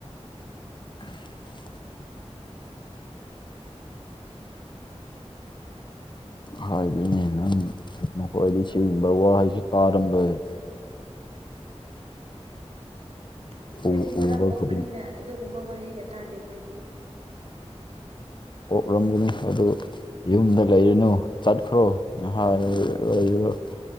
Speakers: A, on the left; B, on the right.
A: <unintelligible>
B: <unintelligible>
A: ꯍꯥꯏꯗꯤꯅꯦ ꯅꯪ ꯅꯈꯣꯏꯗꯤ ꯁꯤꯒꯨꯝꯕ ꯋꯥꯍꯩꯁꯦ ꯇꯥꯔꯝꯂꯣꯏ
B: ꯑꯩꯈꯣꯏꯗꯤ
A: ꯎ
B: ꯃꯔꯝ
A: ꯎꯕ
B: ꯑꯣꯛꯄꯅꯤꯅ
A: ꯈꯨꯗꯤꯡ
B: ꯑꯗꯨꯒꯨꯝꯕ ꯋꯥꯍꯩꯒ ꯇꯥꯗꯦ ꯑꯩꯈꯣꯏꯗꯤ
A: ꯑꯣꯛꯂꯝꯒꯅꯤ ꯑꯗꯨ ꯌꯨꯝꯗ ꯂꯩꯔꯨꯅꯨ ꯆꯠꯈ꯭ꯔꯣ <unintelligible>